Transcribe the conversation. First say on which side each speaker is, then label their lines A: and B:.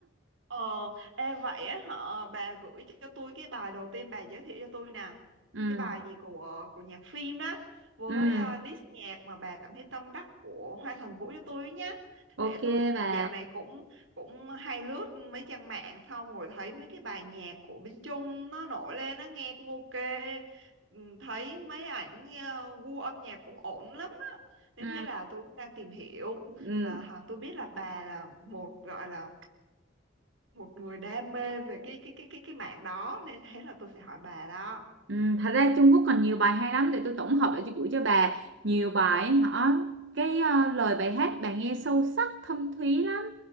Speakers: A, on the right; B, on the right.
A: Ờ, ê vậy á hả, bà gửi cho tôi cái bài đầu tiên bà giới thiệu cho tôi nè.
B: Ừ,
A: Cái bài gì của của nhạc phim đó với
B: ừ,
A: ờ, list nhạc mà bà cảm thấy tâm đắc của Hoa Thành Vũ cho tôi với nhá. Để
B: ok
A: tôi
B: bà.
A: dạo này cũng cũng hay lướt mấy trang mạng xong rồi thấy mấy cái bài nhạc của bên Trung nó nổi lên nó nghe cũng ok. Ừ, Thấy mấy ảnh ờ, gu âm nhạc cũng ổn lắm á. Nên
B: Ừ,
A: thế là tôi cũng đang tìm hiểu
B: ừ,
A: mà hả, tôi biết là bà là một gọi là một người đam mê về cái cái cái cái cái mạng đó nên thế là tôi phải hỏi bà đó
B: ừ. Thật ra Trung Quốc còn nhiều bài hay lắm để tôi tổng hợp lại cho gửi cho bà. Nhiều bài ấy hả? Cái ờ, lời bài hát bà nghe sâu sắc, thâm thúy lắm.